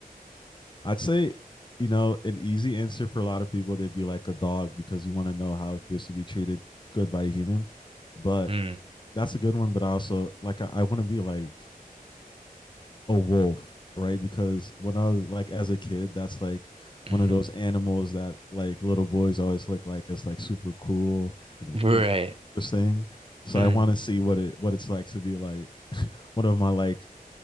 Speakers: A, on the left (about 30°); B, on the right (about 40°).
A: I'd say, you know, an easy answer for a lot of people, they'd be like a dog because you want to know how it feels to be treated good by a human. But
B: Hmm.
A: that's a good one. But I also like, I, I want to be like a wolf, right? Because when I was like, as a kid, that's like
B: hmm
A: one of those animals that like little boys always look like it's like super cool and,
B: Right.
A: it- and like this thing. So
B: Hmm.
A: I want to see what it what it's like to be like <laughs> one of my like